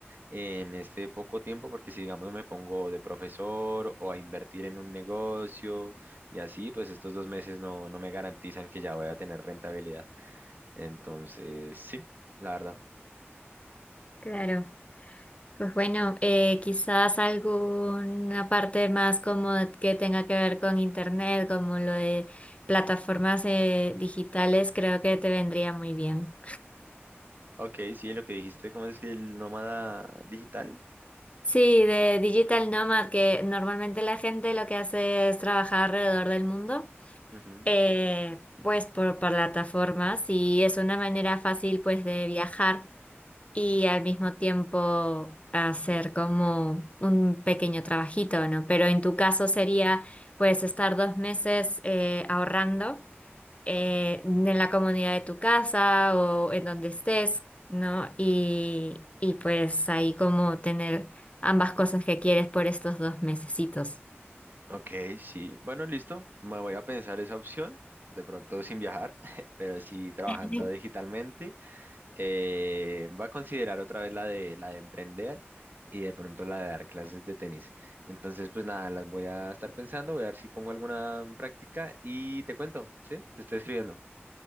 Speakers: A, on the right; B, on the left.
A: en este poco tiempo, porque si digamos me pongo de profesor o a invertir en un negocio y así, pues estos dos meses no, no me garantizan que ya voy a tener rentabilidad. Entonces, sí, la verdad.
B: Claro. Pues bueno, eh, quizás alguna parte más como que tenga que ver con internet, como lo de plataformas eh, digitales, creo que te vendría muy bien.
A: Ok, sí, lo que dijiste, ¿cómo es que el nómada digital?
B: Sí, de Digital Nomad, que normalmente la gente lo que hace es trabajar alrededor del mundo,
A: Ujú.
B: eh, pues por, por plataformas y es una manera fácil pues de viajar. y al mismo tiempo hacer como un pequeño trabajito, ¿no? Pero en tu caso sería, pues, estar dos meses eh, ahorrando eh, en la comunidad de tu casa o en donde estés, ¿no? Y, y pues ahí como tener ambas cosas que quieres por estos dos mesecitos.
A: Ok, sí. Bueno, listo. Me voy a pensar esa opción. De pronto sin viajar, <laughs> pero sí trabajando
B: <laughs>
A: digitalmente. Eh, voy a considerar otra vez la de, la de emprender y de pronto la de dar clases de tenis. Entonces, pues nada, las voy a estar pensando, voy a ver si pongo alguna en práctica y te cuento, ¿sí? Te estoy escribiendo.